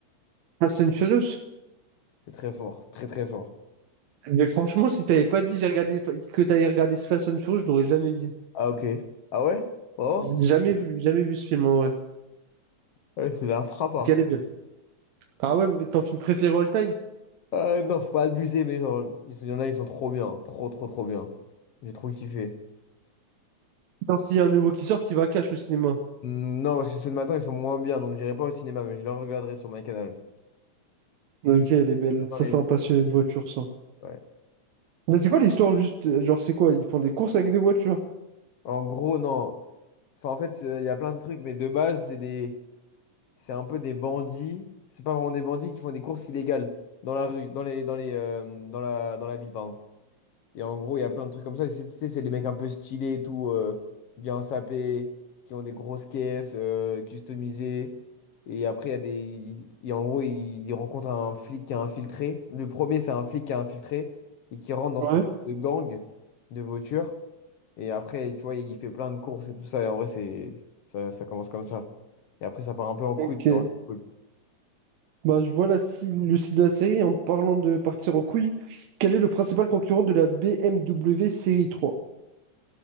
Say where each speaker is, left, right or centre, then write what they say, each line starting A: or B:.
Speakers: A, on the right; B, on the left.
A: Fast and Furious?
B: C'est très fort, très très fort.
A: Mais franchement, si t'avais pas dit j'ai regardé, que t'avais regardé ce Fast and Furious, je l'aurais jamais dit.
B: Ah, ok. Ah ouais? Oh?
A: Jamais vu, jamais vu ce film, en vrai.
B: Ouais, c'est la frappe, hein.
A: Ok, Elle est belle. Ah ouais, mais ton film préféré all time?
B: Euh, non, faut pas abuser, mais genre, ils sont- il y en a, ils sont trop bien, trop trop trop bien. J'ai trop kiffé.
A: Attends, s'il y a un nouveau qui sort, il va cash au cinéma.
B: Hmm, Non, parce que ceux de matin, ils sont moins bien, donc j'irai pas au cinéma, mais je les regarderai sur ma canal.
A: Ok, elle est belle.
B: Attends,
A: Ça,
B: les-
A: c'est un passionné de voiture, ça.
B: ouais.
A: Mais c'est quoi l'histoire juste? euh, Genre, c'est quoi? Ils font des courses avec des voitures.
B: En gros, non. Enfin, en fait, euh, il y a plein de trucs, mais de base, c'est des... c'est un peu des bandits. C'est pas vraiment des bandits qui font des courses illégales dans la rue, dans les, dans les, euh, dans la, dans la ville, pardon. Et en gros, il y a plein de trucs comme ça. C'est tu sais, c'est des mecs un peu stylés et tout, euh, bien sapés, qui ont des grosses caisses, euh, customisées. Et après, il y a des. Et en gros, ils ils rencontrent un flic qui a infiltré. Le premier, c'est un flic qui a infiltré et qui rentre dans
A: Ouais.
B: ces gangs de voitures. Et après, tu vois, il fait plein de courses et tout ça. Et en vrai, c'est ça, ça commence comme ça. Et après, ça part un peu en couille.
A: Ok.
B: mais en vrai, c'est cool.
A: Bah, je vois la, si- le site de la série en parlant de partir en couille. Quel est le principal concurrent de la BMW série 3?